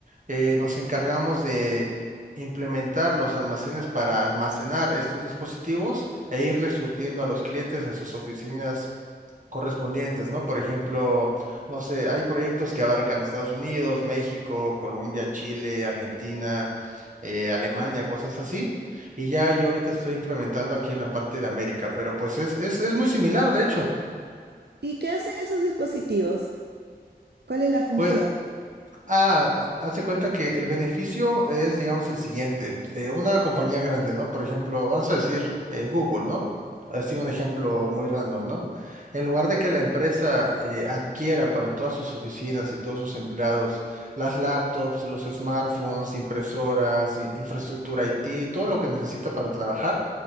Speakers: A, on the right; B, on the right.
A: eh, nos encargamos de implementar los almacenes para almacenar estos dispositivos e irles surtiendo a los clientes a sus oficinas correspondientes, ¿no? Por ejemplo, no sé, hay proyectos que abarcan Estados Unidos, México, Colombia, Chile, Argentina, eh, Alemania, cosas así. Y ya yo ahorita estoy implementando aquí en la parte de América, pero pues es, es, es muy similar, de hecho.
B: ¿Y qué hacen esos dispositivos? ¿Cuál es la función?
A: Pues Ah, ha- hace cuenta que el beneficio es, digamos, el siguiente. Eh, una compañía grande, ¿no? Por ejemplo, vamos a decir eh, Google, ¿no? Así un ejemplo muy random, ¿no? En lugar de que la empresa eh, adquiera para todas sus oficinas y todos sus empleados las laptops, los smartphones, impresoras, i- infraestructura IT, todo lo que necesita para trabajar,